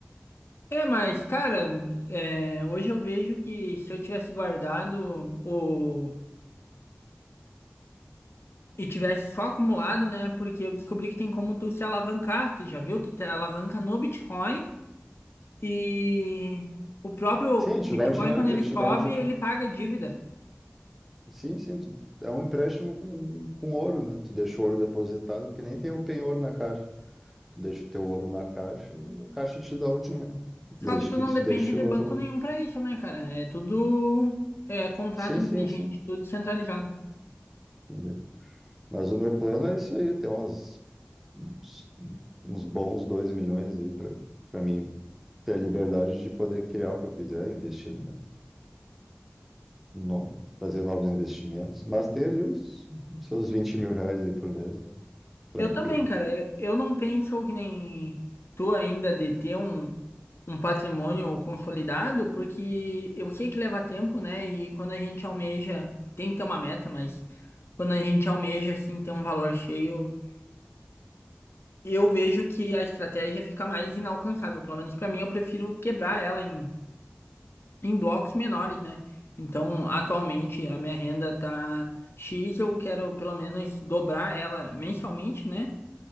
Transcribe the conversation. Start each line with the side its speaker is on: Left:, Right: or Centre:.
Left: É, mas, cara, é, hoje eu vejo que se eu tivesse guardado o... e tivesse só acumulado, né? Porque eu descobri que tem como tu se alavancar, tu já viu? Tu te alavanca no Bitcoin e o próprio
Centre: Sim, ele te
Left: Bitcoin,
Centre: dá o dinheiro.
Left: quando ele
Centre: Ele te
Left: sobe,
Centre: dá o dinheiro.
Left: ele paga dívida.
Centre: Sim, sim. Tu, é um empréstimo com, com ouro, né? Tu deixa o ouro depositado, que nem tem o penhor na caixa. Tu deixa o teu ouro na caixa e a caixa te dá o dinheiro.
Left: Só
Centre: Desde
Left: que tu
Centre: que
Left: não
Centre: tu
Left: depende
Centre: deixe
Left: de
Centre: o
Left: banco
Centre: ouro.
Left: nenhum pra isso, né, cara? É tudo é, contrato
Centre: Sim,
Left: inteligente,
Centre: sim, sim.
Left: tudo centralizado.
Centre: Entendi. Mas o meu plano é isso aí, ter umas, uns, uns bons 2 milhões aí para para mim ter a liberdade de poder criar o que eu quiser, investir, né, no, fazer novos investimentos, mas ter ali os, os seus 20 mil reais aí por mês, tranquilo.
Left: Eu também, cara. Eu eu não penso que nem tu ainda de ter um, um patrimônio consolidado, porque eu sei que leva tempo, né? E quando a gente almeja, tem que ter uma meta, mas quando a gente almeja, assim, ter um valor cheio, eu vejo que a estratégia fica mais inalcançável. Pelo menos pra mim, eu prefiro quebrar ela em, em blocos menores, né? Então, atualmente, a minha renda tá X, eu quero pelo menos dobrar ela mensalmente, né?